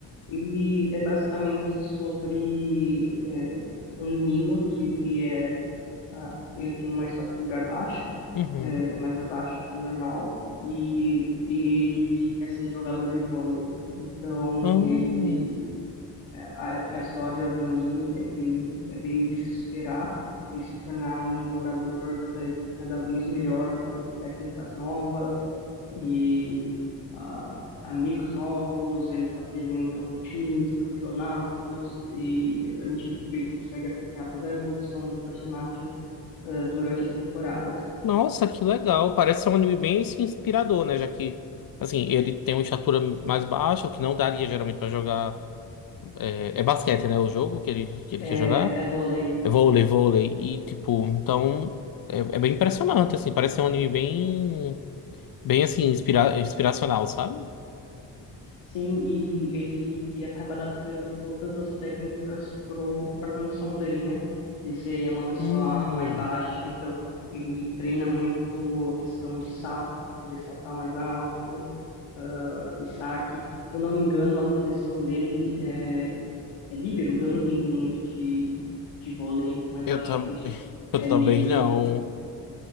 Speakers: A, on the left; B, on the left.
A: ele é basicamente sobre é, um menino que ele é, ah, ele tem uma estatura baixa,
B: Uhum.
A: é, mais abaixo que o normal, e, e ele quer ser jogador de vôlei. Então
B: Ah,
A: ele é, A, a história do anime é vir, é ver ele se superar e se tornar um jogador cada, cada vez melhor, com técnicas novas e ah, amigos novos. Eles apresentam times, campeonatos e a gente vê- consegue acompanhar toda a evolução do personagem ah, durante as temporadas.
B: nossa, que legal. Parece ser um anime bem assim, inspirador, né? Já que, assim, ele tem uma estatura mais baixa, o que não daria geralmente pra jogar. É, é basquete, né? O jogo que ele, que ele
A: É,
B: quer jogar.
A: é vôlei.
B: É vôlei, vôlei. E, tipo, então. É, é bem impressionante, assim. Parece ser um anime bem. Bem, assim, inspira inspiracional, sabe?
A: Sim, e ele e acaba adaptando todas as técnicas pro para a condição dele, né? De ser uma pessoa
B: Hum.
A: mais baixa, então ele treina muito a questão de salto para poder saltar mais alto, ah, e saque. Se eu não me engano, a posição dele é, é líbero. Eu não entendo muito de, de vôlei, mas
B: Eu,
A: eu acho
B: tam...
A: que isso
B: <laughs> eu
A: é
B: também
A: líbero.
B: não.